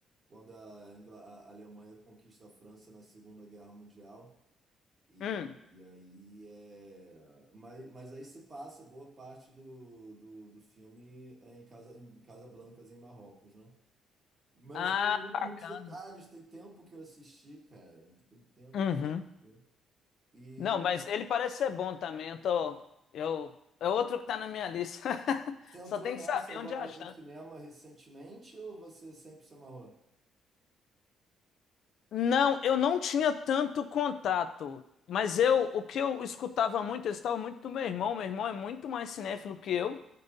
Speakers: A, on the right; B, on the left.
A: quando a, Ingla- a Alemanha conquista a França na Segunda Guerra Mundial. E,
B: Hum.
A: e aí é. Mas, mas aí se passa boa parte do, do, do filme é em Casa, em Casablancas, em Marrocos, né? Mas
B: Ah,
A: eu não lembro
B: bacana.
A: muitos detalhes, tem tempo que eu assisti, cara. Tem tempo.
B: Uhum.
A: que- E
B: Não, mas ele parece ser bom também. Eu tô. Eu, é outro que tá na minha lista. <laughs>
A: você entrou
B: Só tem
A: nessa
B: que saber
A: agora
B: onde achar.
A: com o cinema recentemente ou você sempre se amarrou?
B: Não, eu não tinha tanto contato, mas eu, o que eu escutava muito, eu estava muito do meu irmão, meu irmão é muito mais cinéfilo que eu,